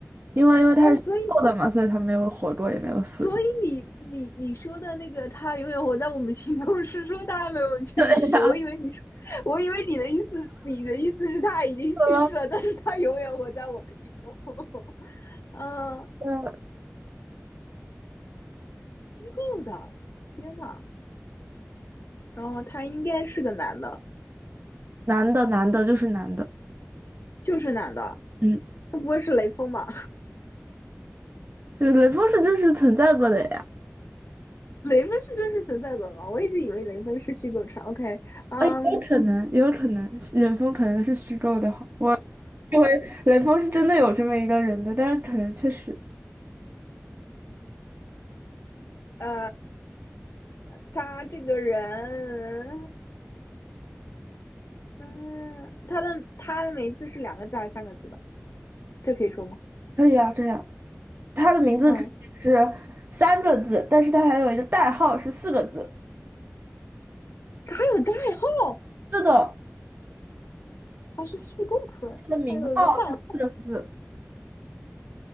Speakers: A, on the right; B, on the left.
A: 因为因为他是瘦的嘛，
B: 哦，所以
A: 所以他没有活过，也没有死过。
B: 所以你你你说的那个他永远活在我们心中，是说他还没有去世。
A: <laughs> 对呀，
B: 我以为你说，我以为你的意思，你的意思是他已经去世了，
A: 说
B: 但是他永远活在我们心中。<laughs> 嗯，
A: 呃，
B: 虚构的，天呐，然后他应该是个男的，
A: 男的，男的就是男的，
B: 就是男的，
A: 嗯，
B: 他不会是雷锋吧？
A: 对雷锋是真实存在过的呀。
B: <laughs> 雷锋是真实存在的吗？我一直以为雷锋是虚构出来 OK，嗯，
A: 啊，也有可能，也有可能，是雷锋可能是虚构的哈。我雷锋是真的有这么一个人的，但是可能确实
B: 呃，他这个人，嗯，他的他的名字是两个字还是三个字吧？这可以说吗？
A: 可以啊，这样。他的名字只是三个字，
B: 嗯，
A: 但是他还有一个代号是四个字。
B: 他还有代号，
A: 是的，
B: 他是虚构出来的，
A: 他的名号是四个字。
B: 还有一个代号。